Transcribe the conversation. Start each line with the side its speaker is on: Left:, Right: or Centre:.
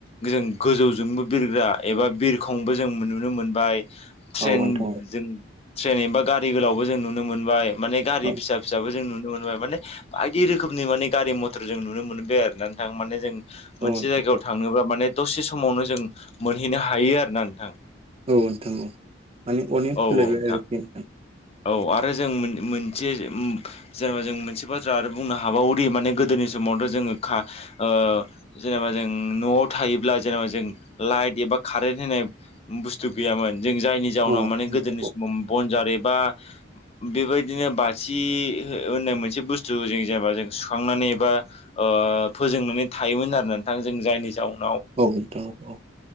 Left: ओजों गोजौजोंबो बिरग्रा एबा बिरखंबो जों नुनो मोनबाय ट्रेइन
Right: औ नोंथां
Left: जों ट्रेइन एबा गारि गोलावबो जों नुनो मोनबाय माने
Right: औ
Left: गारि फिसा फिसाबो जों नुनो मोनबाय। माने बायदि रोखोमनि माने गारि मथर जों नुनो मोनबाय आरो नोथां माने जों। मोनसे
Right: औ नोंथां
Left: जायगायाव
Right: औ
Left: थांनोबा माने दसे समावनो जों मोनहैनो हायो आरोना नोंथां।
Right: औ नोंथां औ माने अनेक
Left: औ औ नोंथां।
Right: <unintelligible>
Left: औ आरो जों मोन मोनसे उम जेनेबा जों मोनसे बाथ्रा आरो बुंनो हाबावयोदि माने गोदोनि समावथ जोङो खा ओ जेनेबा जों नयाव थायोब्ला जेनेबा जों लाइट बा कारेन्ट होनाय बुस्थु गैयामोन जों जायनि जाउनाव
Right: औ नोंथां
Left: माने गोदोनि
Right: औ
Left: समाव जेरैबा बेबायदिनो बाथि होननाय मोनसे बुस्थु जों जेनेबा जों सुखांनानै एबा ओ फोजोंनानै थायोमोन आरो नोंथां जों जायनि जाहोनाव
Right: औ नोथां औ।